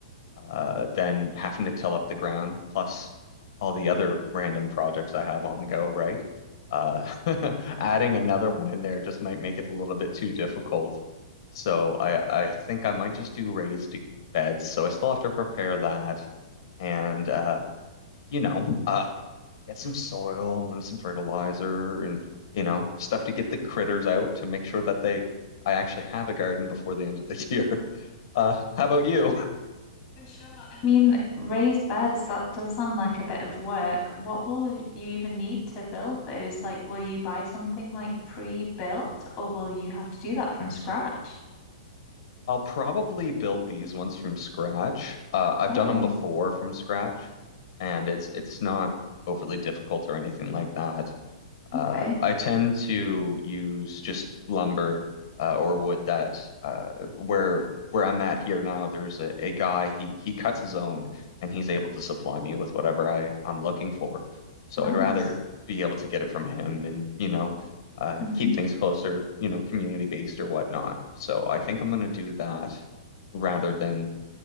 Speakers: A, on the left (about 45°); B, on the left (about 25°).
A: uh, than having to till up the ground, plus all the other random projects I have on the go, right? Uh, <laughs> adding another one in there just might make it a little bit too difficult. So I, I think I might just do raised beds. So I still have to prepare that and, uh, you know, uh, get some soil and some fertilizer and, you know, stuff to get the critters out to make sure that they, I actually have a garden before the end of the <laughs> year. Uh, how about you?
B: For sure. I mean, raised beds, that does sound like a bit of work. What will you even need to build those? Like, will you buy something like pre-built or will you have to do that from scratch?
A: I'll probably build these ones from scratch. Uh, I've
B: Oh,
A: done them before from scratch, and it's it's not overly difficult or anything like that. Uh,
B: okay.
A: I tend to use just lumber uh, or wood that uh, where where I'm at here now, there's a, a guy he he cuts his own and he's able to supply me with whatever I I'm looking for. So
B: Nice.
A: I'd rather be able to get it from him and you know uh,
B: hmm
A: keep things closer, you know, community based or whatnot. So I think I'm gonna do that rather than